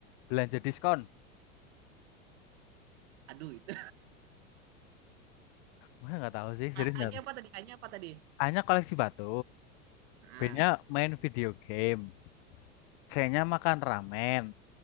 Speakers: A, on the left (about 45°); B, on the right (about 50°).
A: Belanja diskon.
B: aduh itu
A: mana nggak tahu sih,
B: <laughs>
A: serius
B: A-
A: nggak
B: A-nya
A: tahu.
B: apa tadi A-nya apa tadi
A: A-nya koleksi batu.
B: ah
A: B-nya main video game. C-nya makan ramen.